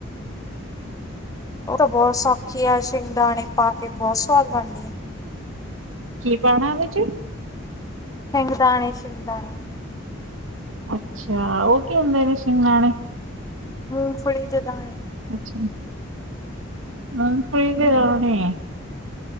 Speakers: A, on the left; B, on the right.
A: ਓ ਤਾਂ ਬੋਤ ਸੌਖੀ ਐ, ਸ਼ਿੰਗਦਾਣੇ ਪਾ ਕੇ ਬੋਤ ਸਵਾਦ ਬਨਦੀ ਐ।
B: ਕੀ ਪਾਣੈ ਉਦੇ ਚ?
A: ਸਿੰਗਦਾਣੇ, ਸਿੰਗਦਾਣੇ।
B: ਅੱਛਾ, ਓ ਕੀ ਹੁੰਦੇ ਨੇ ਸ਼ਿੰਗਦਾਣੇ?
A: ਮੂਂਗਫੜੀ ਦੇ ਦਾਣੇ।
B: ਅੱਛਾ, <unintelligible> ਦੇ ਦਾਣੇ।